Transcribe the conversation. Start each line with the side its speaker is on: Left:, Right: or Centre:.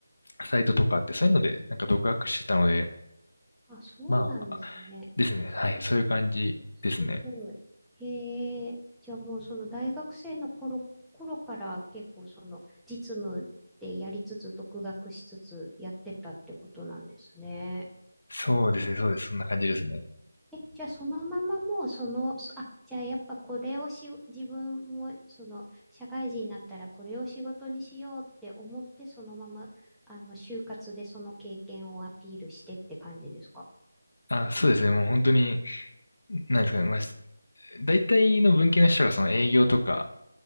Left: サイトとかあって、
Centre: えー
Left: そういうので、なんか、独学してたので、
Centre: あ、そうなんですね。
Left: まあ、ですね。はい、そういう感じですね。
Centre: すごい。へえ。じゃあもうその大学生の頃、頃から結構その実務でやりつつ独学しつつやってたってことなんですね。
Left: そうですね、そうです。そんな感じですね。
Centre: え、じゃあそのままもうその、そあ、じゃあやっぱこれをし、自分もその社会人になったらこれを仕事にしようって思ってそのままあの就活でその経験をアピールしてって感じですか
Left: あ、そうですね。もう本当に、なんですかね。まあ、し大体の文系の人がその営業とか